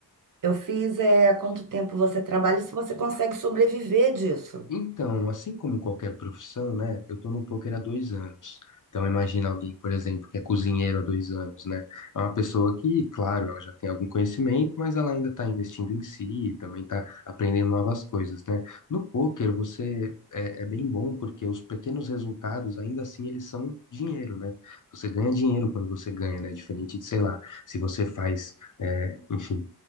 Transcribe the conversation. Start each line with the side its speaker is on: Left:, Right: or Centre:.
Right: Eu fiz é, há quanto tempo você trabalha e se você consegue sobreviver disso.
Left: Então, assim como qualquer profissão, né? Eu tô no poker há dois anos. Então, imagina alguém, por exemplo, que é cozinheiro há dois anos, né? É uma pessoa que, claro, ela já tem algum conhecimento, mas ela ainda está investindo em si, também está aprendendo novas coisas, né? No poker, você é, é bem bom porque os pequenos resultados, ainda assim, eles são dinheiro, né? Você ganha dinheiro quando você ganha, né? Diferente de, sei lá, se você faz, é, enfim.